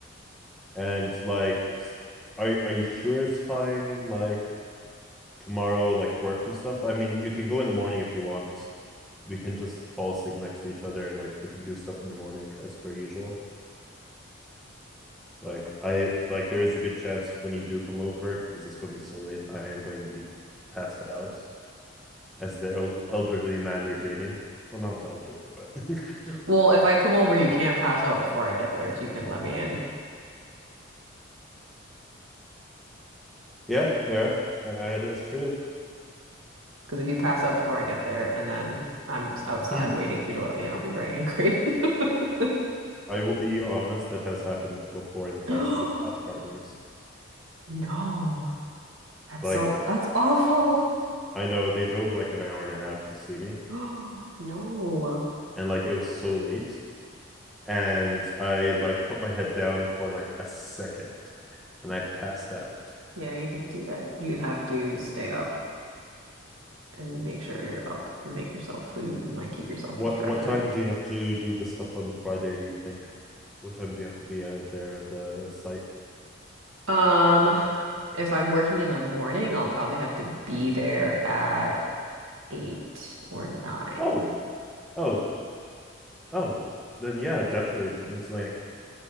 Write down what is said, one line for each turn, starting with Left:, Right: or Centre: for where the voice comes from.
Centre: And like, s- are are you sure it's fine? Like tomorrow, like work and stuff? I mean, you can go in the morning if you want. We can just fall asleep next to each other and like we can do stuff in the morning as per usual. Like I like there is a good chance when you do come over because it's going to be so late. I am going to be passed out as the elderly man you're dating. Well, not elderly, but <laughs>
Right: Well, if I come over, you can't pass out before I get there, so you can let me in.
Centre: yeah, yeah, that is true.
Right: Because if you pass out before I get there and then I'm s- outside
Centre: <laughs>
Right: waiting for you to let me in, I'll be very angry. <laughs>
Centre: I will be honest, that has happened before in the past
Right: <gasps>
Centre: with past partners.
Right: No, that's
Centre: Like
Right: so that's awful.
Centre: I know they drove like an hour and a half to see me,
Right: <gasps> No.
Centre: and like it was so late, and I like put my head down for like a second, and I passed out.
Right: Yeah, you can't do that. You'd have to stay up and make sure you're up and make yourself food and like keep yourself
Centre: What
Right: distracted.
Centre: what time do you have to do this stuff on Friday, do you think? What time do you have to be out there at the site?
Right: Um, if I'm working in the morning, I'll probably have to be there at eight or nine.
Centre: Oh, oh, oh. Then yeah, definitely. It was like